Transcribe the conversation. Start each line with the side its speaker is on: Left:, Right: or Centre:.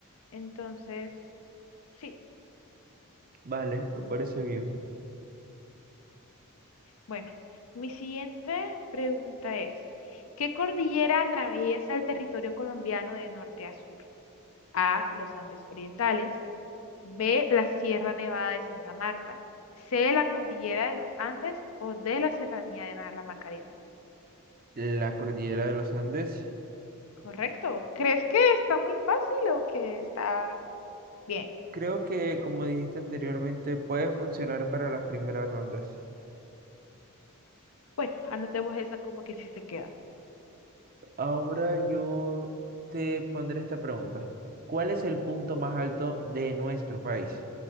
Left: Entonces, sí,
Right: Vale, me parece bien.
Left: Bueno, mi siguiente pregunta es, ¿qué cordillera atraviesa el territorio colombiano de norte a sur? A, los Andes Orientales, B, la Sierra Nevada de Santa Marta, C, la cordillera de los Andes o D, la Serranía de Ma- la Macarena.
Right: La cordillera de los Andes,
Left: Correcto. ¿Crees que está muy fácil o que está bien?
Right: creo que como dijiste anteriormente, puede funcionar para las primeras rondas.
Left: Bueno, anotemos esa como que sí se queda.
Right: Ahora yo te pondré esta pregunta. ¿Cuál es el punto más alto de nuestro país?